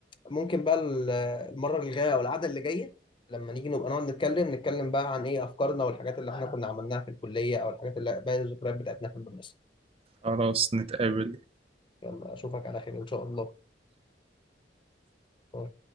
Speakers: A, on the left (about 25°); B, on the right (about 30°).
A: ممكن بقى ال- المره اللي جايه او القعده اللي جايه لما نيجي نبقى نقعد نتكلم نتكلم بقى عن ايه افكارنا والحاجات اللي احنا كنا عملناها في الكليه او الحاجات اللي باقي الذكريات بتاعتنا في المدرسه
B: <laughs> خلاص نتقابل
A: يلا اشوفك على خير ان شاء الله هو